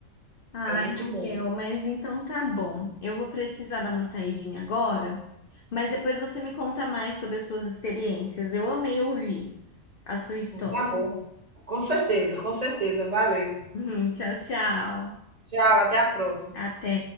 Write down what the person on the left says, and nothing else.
Ai,
Raquel,
mas então tá bom. Eu vou precisar dar uma saidinha agora, mas depois você me conta mais sobre as suas experiências. Eu amei ouvir a sua
história.
<laughs> Tchau, tchau.
Até.